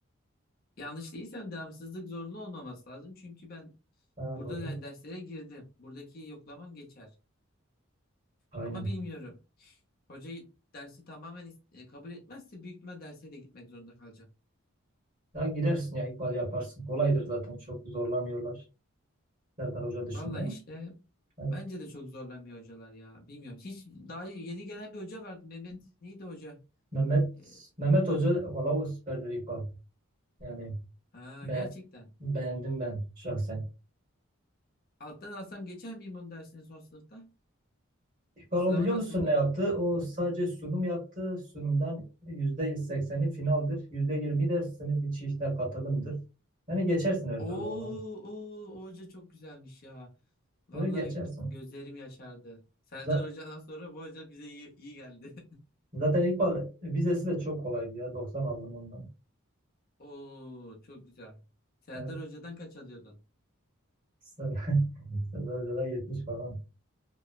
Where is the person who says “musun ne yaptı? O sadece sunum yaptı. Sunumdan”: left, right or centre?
Right